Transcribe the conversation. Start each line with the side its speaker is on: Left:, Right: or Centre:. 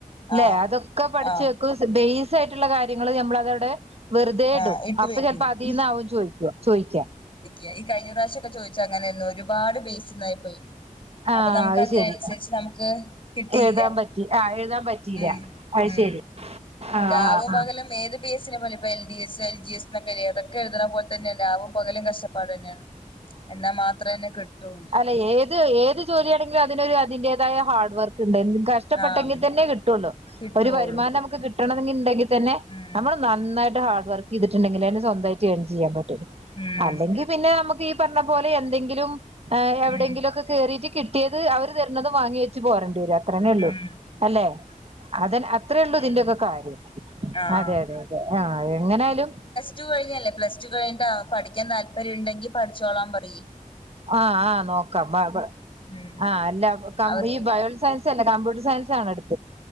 Right: ല്ലെ
Left: ആഹ്
Right: അതൊക്കെ പഠിച്ചു
Left: ആഹ്
Right: വെക്കും. ബെയ്സായിട്ടുള്ള കാര്യങ്ങള് ഞമ്മളതവ്ടെ. വെറുതെ
Left: ആഹ്
Right: ടും
Left: ഇട്ട്
Right: അപ്പ
Left: വെക്കും
Right: ചെൽപ്പതീന്നാവും ചോയ്ക്ക്വ ചോയ്ക്ക്യ.
Left: യ ഈ കയ്ഞ്ഞ പ്രാവശ്യെക്കെ ചോയ്ച്ചങ്ങനെന്നു ഒരുപാട് ബേസ്ന്നായി പോയി.
Right: ആഹ്
Left: അപ്പ നമുക്കതിനൻസര്ച്ച്
Right: അത് ശെരി
Left: നമക്ക് കിട്ടിയില്ല
Right: എഴുതാൻ പറ്റി ആഹ് എഴുതാൻ പറ്റിയില്ല
Left: ഉം.
Right: അത്
Left: ഉം
Right: ശെരി ആഹ്
Left: രാവും
Right: ആഹ് ആഹ്
Left: പകലും ഏത്. പി എസിനെ പോലെ പൊ L D S L G S ന്നൊക്കെല്ലെ അതക്കെ എഴുത്ണപോൽതന്നെ രാവുംകലും കഷ് പാടെന്നേണ് എന്നാ മാത്രെന്നെ കിട്ടൊള്ളൂ.
Right: ല്ലഏത് ഏത് ജോല്യാണെങ്കിലും അതിനൊരു അതിന്റേതായ ഹാർഡ് വർക്ക്ണ്ട് എന്ത് ക ഷ്ടപ്പെട്ടെങ്കിതന്നെ
Left: ആഹ്
Right: കിട്ടൊള്ളൂ
Left: കിട്ടുവുള്ളൂ
Right: ഒരു വരുമാനമക്ക് കിട്ടണന്ന്ണ്ടെങ്കിതന്നെ
Left: ഉം
Right: നമ്മള്നന്നായി ട്ട് ഹാർഡ് വർക്കെയ്തിട്ട്ണ്ടെങ്കിലെന്നെ സ്വന്തായിട്ട് ഏൺ ചെയ്യാൻ പറ്റും
Left: ഉം
Right: അല്ലെങ്കി. പിന്നെ അമ്മക്കീ പർഞ്ഞപോലെ എന്തെങ്കിലും എ എവ്ടെങ്കിലൊക്കെ
Left: ഉം
Right: കേറീട്ട് കിട്ടിയത് അവര് തരുന്നതും വാങ്ങിവെച്ച് പോരണ്ടിവരും അത്രന്നേഉള്ളൂ
Left: ഉം
Right: അല്ലേ? അതന്നെ അത്രേള്ളു
Left: ഉം
Right: ഇതിന്റൊക്കെ കാര്യം
Left: ആഹ്
Right: അതെ അതെ ആഹ് എങ്ങനായലും.
Left: ജു കഴിഞ്ഞല്ലേ പ്ലസ്ടു കഴിഞ്ഞട്ട് പഠിക്ക്യാ താല്പര്യംണ്ടെങ്കി പഠിച്ചോള പറയി.
Right: ആഹ് ആഹ് നോക്കാം ബ ബഹ്
Left: ഉം
Right: ആഹ് അല്ല കം
Left: അവർക്ക്
Right: ഈ ബയോളജിസയൻ സല്ല കമ്പ്യൂട്ടർ സയൻസാണ് ട്